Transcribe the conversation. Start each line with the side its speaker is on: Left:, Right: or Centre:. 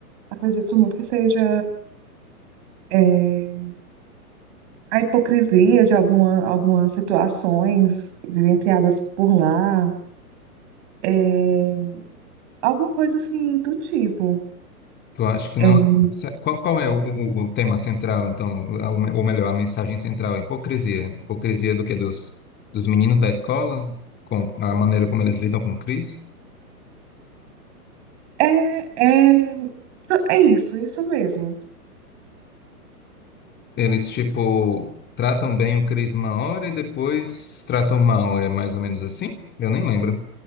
Right: acredito muito que seja é, a hipocrisia de alguma, algumas situações vivenciadas por lá. É, alguma coisa assim do tipo.
Left: Tu acha que
Right: É,
Left: não? Qual, qual é o, o- o tema central, então? A- Ou melhor, a mensagem central? A hipocrisia. Hipocrisia do quê? Dos, dos meninos da escola? Com a maneira como eles lidam com o Chris?
Right: é, é, t- é isso, isso mesmo.
Left: Eles, tipo, tratam bem o Chris uma hora e depois tratam mal, é mais ou menos assim? Eu nem lembro.